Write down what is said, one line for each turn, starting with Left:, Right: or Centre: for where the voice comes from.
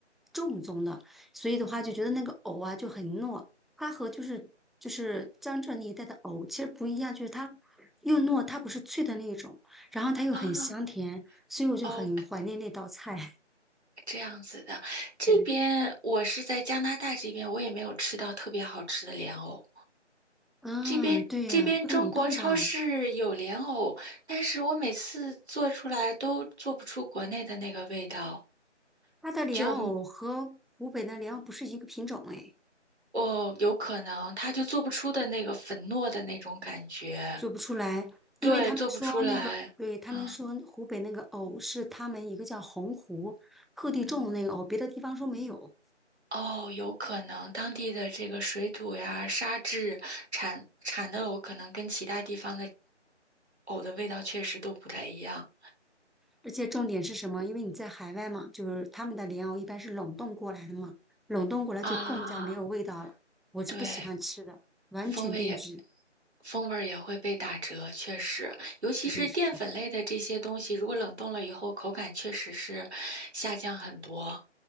Centre: 正宗的，所以的话就觉得那个藕啊就很糯，它和就是就是江浙那一带的藕其实不一样，就是它又糯，它不是脆的那一种，然后它又很香甜，
Right: 啊
Centre: 所以我就很怀念那道菜。
Right: 哦，
Centre: <laughs>
Right: 这样子的。这边我是在加拿大这边，
Centre: 对，
Right: 我也没有吃到特别好吃的莲藕。
Centre: 啊，
Right: 这边这边中国超市有莲藕，
Centre: 对呀，都冷冻的。
Right: 但是我每次做出来都做不出国内的那个味道。
Centre: 它的莲藕和湖北的莲藕不是一个品种哎，
Right: 就。哦，有可能他就做不出的那个粉糯的那种感觉，
Centre: 做不出来，因为他们说那个，
Right: 对，做不出来啊。
Centre: 对，他们说湖北那个藕是他们一个叫洪湖特地种的那个藕，别的地方说没有。
Right: 哦，有可能当地的这个水土呀、沙质产产的藕，可能跟其他地方的藕的味道确实都不太一样
Centre: 而且重点是什么？因为你在海外嘛，就是他们的莲藕一般是冷冻过来的嘛，冷冻过来就更加没有味道了。
Right: 啊。
Centre: 我是不喜欢吃的，
Right: 对，
Centre: 完全变质，
Right: 风味也风味儿也会被打折，确实，尤其是淀粉类的这些东西，
Centre: 都是。
Right: 如果冷冻了以后，口感确实是下降很多。